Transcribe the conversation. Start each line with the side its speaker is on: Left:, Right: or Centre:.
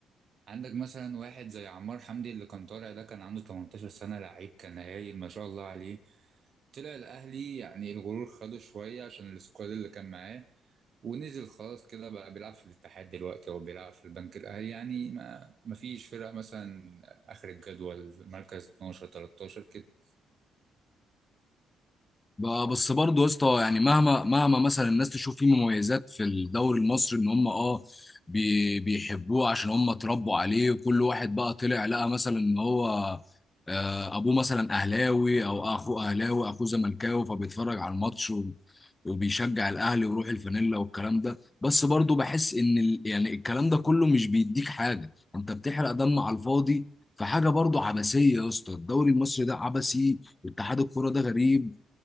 Right: عندك مثلا واحد زي عمار حمدي اللي كان طالع ده كان عنده 18 سنة لعيب كان هايل ما شاء الله عليه طلع الأهلي يعني الغرور خده شوية عشان السكواد اللي كان معاه ونزل خلاص كده بقى بيلعب في الاتحاد دلوقتي أو بيلعب في البنك الأهلي يعني ما ما فيش فرق مثلا آخر الجدول مركز 12 13 كده
Left: بقى- بس برضه يا اسطى يعني مهما مهما مثلا الناس تشوف فيه مميزات في الدوري المصري ان هم اه بي بيحبوه عشان هم اتربوا عليه وكل واحد بقى طلع لقى مثلا ان هو آه، ابوه مثلا اهلاوي او اخوه اهلاوي اخوه زملكاوي فبيتفرج على الماتش و- وبيشجع الاهلي ويروح الفانيلا والكلام ده بس برضه بحس ان ال- يعني الكلام ده كله مش بيديك حاجه انت بتحرق دم على الفاضي فحاجه برضه عبثيه يا اسطى الدوري المصري ده عبثي واتحاد الكوره ده غريب